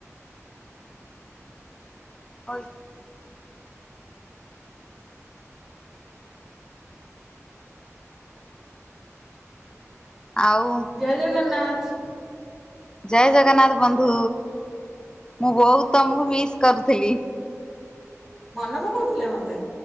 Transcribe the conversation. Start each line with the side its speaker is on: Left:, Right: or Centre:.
Left: ହୋଇ। ଆଉଁ।
Centre: ଜୟ ଜଗନ୍ନାଥ।
Left: ଜୟ ଜଗନ୍ନାଥ ବନ୍ଧୁ ମୁଁ ବହୁତ୍ ତମକୁ ମିସ୍ କରୁଥିଲି।
Centre: ମନ ପକଉଥିଲେ ମତେ?